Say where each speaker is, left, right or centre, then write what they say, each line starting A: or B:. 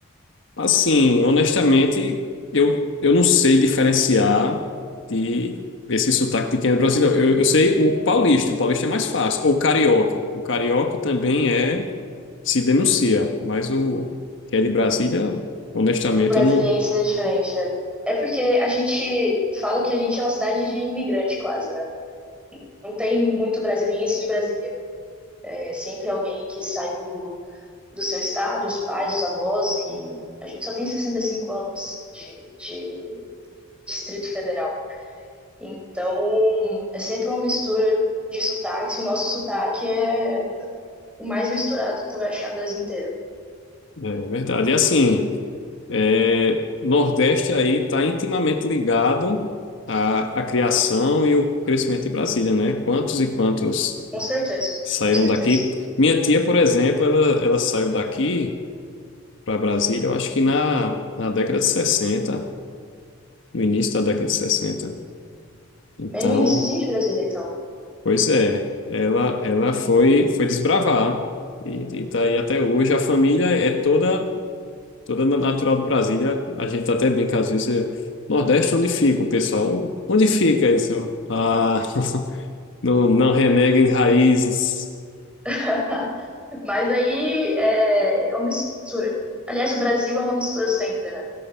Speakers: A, on the left (about 60°); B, in the centre.
A: assim, honestamente, eu, eu não sei diferenciar de esse sotaque de quem é brasileiro. Eu, eu sei o paulista, o paulista é mais fácil. Ou o carioca. O carioca também é, se denuncia, mas o que é de Brasília... Honestamente,
B: O brasileiro
A: eu não,
B: é diferente. É. É porque a gente fala que a gente é uma cidade de imigrante, quase, né? Não tem muito brasiliense de Brasília. É sempre alguém que saiu do seu estado, os pais, os avós, e a gente só tem 65 anos de, de Distrito Federal. Então, é sempre uma mistura de sotaques, e o nosso sotaque é o mais misturado que tu vai achar no Brasil inteiro.
A: É verdade. E assim, é, Nordeste aí está intimamente ligado à, à criação e o crescimento de Brasília, né? Quantos e quantos
B: Com certeza,
A: saíram
B: com certeza.
A: daqui? Minha tia, por exemplo, ela, ela saiu daqui para Brasília, eu acho que na, na década de 60, no início da década de 60. Então,
B: Bem no iníciozinho de Brasília, então.
A: pois é, ela, ela foi, foi desbravar e está aí até hoje. A família é toda. Toda na- natural de Brasília, a gente tá até brinca às vezes. eh, Nordeste, onde fica o pessoal? Onde fica isso? Ah, <laughs> não, não reneguem raízes.
B: Né? <laughs> Mas aí é, é uma mistura. Aliás, o Brasil é uma mistura sempre, né?